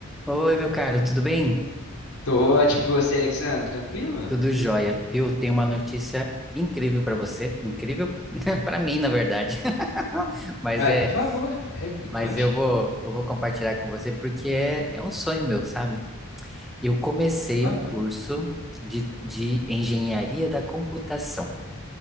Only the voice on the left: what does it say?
Tô ótimo, e você, Alexandre? Tranquilo?
Uai,
por favor, re-
conte,
por favor.